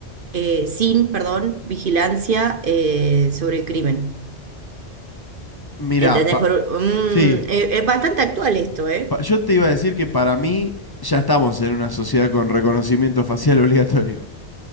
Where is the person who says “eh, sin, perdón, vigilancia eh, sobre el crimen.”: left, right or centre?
Right